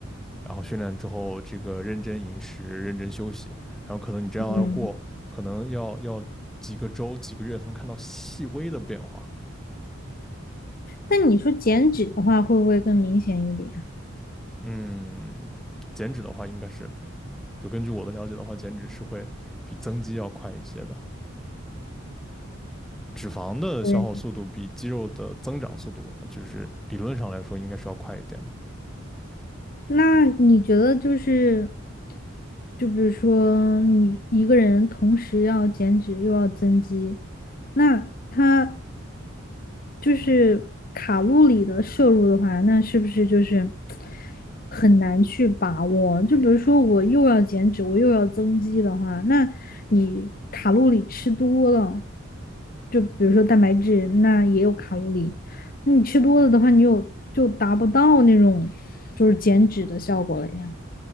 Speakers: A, in the centre; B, on the left.
A: 然后训练之后，这个认真饮食、认真休息，然后可能你这样要过，
B: 嗯。
A: 可能要要几个周、几个月才能看到细微的变化。
B: 那你说减脂的话，会不会更明显一点？
A: 嗯，减脂的话，应该是就根据我的了解的话，减脂是会比增肌要快一些的。脂肪的消耗速度比肌肉的增长速度，
B: 对，
A: 就是理论上来说应该是要快一点的。
B: 那你觉得就是，就比如说你一个人同时要减脂又要增肌，那他就是卡路里的摄入的话，那是不是就是很难去把握？就比如说我又要减脂，我又要增肌的话，那你卡路里吃多了，就比如说蛋白质，那也有卡路里。那你吃多了的话，你有就达不到那种就是减脂的效果了呀。